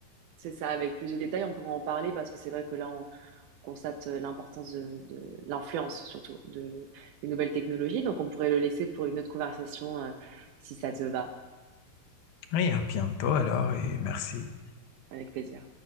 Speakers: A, on the right; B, on the left.
A: c'est ça, avec plus de détails, on pourra en parler parce que c'est vrai que là, on constate euh, l'importance de, de l'influence surtout de, des nouvelles technologies, donc on pourrait le laisser pour une autre conversation euh, si ça te va,
B: Oui, à bientôt alors et merci.
A: avec plaisir.